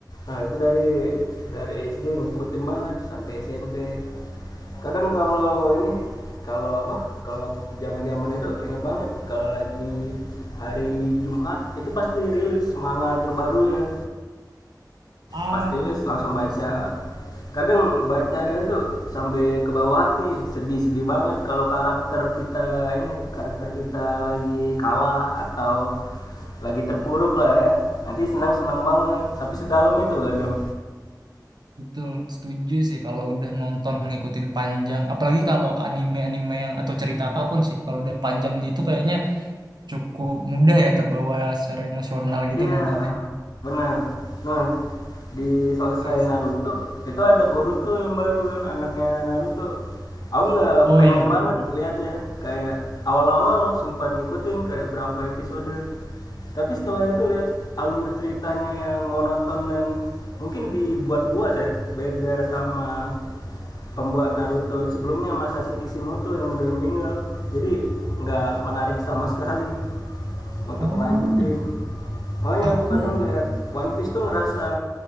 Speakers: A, on the left; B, on the right.
A: Nah, itu dari dari SD ngikutin banget sampai SMP. Kadang kalau ini kalau apa? Kalau zaman-zaman itu inget banget kalau lagi hari Jumat itu pasti rilis manga terbaru ya.
B: Ah,
A: pas rilis langsung baca
B: I see.
A: kadang bacanya itu sampai ke bawah hati sedih-sedih banget kalau karakter kita ini karakter kita lagi kalah atau lagi terpuruk lah ya nanti senang-senang banget tapi sedalam itu kadang
B: Betul, setuju sih kalau udah nonton ngikutin panjang, apalagi kalau anime-anime yang atau cerita apapun sih, kalau udah panjang gitu kayaknya cukup mudah ya terbawa secara emosional gitu
A: Iya,
B: nontonnya.
A: benar. Nah, di selesai
B: Asik.
A: Naruto itu ada Boruto yang baru kan anaknya Naruto. Aku nggak
B: Oh
A: pengen
B: iya betul.
A: banget liatnya kayak awal-awal sempat ngikutin kayak berapa episode. Tapi setelah itu lihat alur ceritanya yang monoton dan mungkin dibuat-buat ya, beda sama pembuat Naruto sebelumnya Masashi Kishimoto yang udah meninggal. Jadi nggak menarik sama sekali untuk
B: Oh,
A: lanjutin makanya
B: aku
A: aku kadang lihat One Piece tuh ngerasa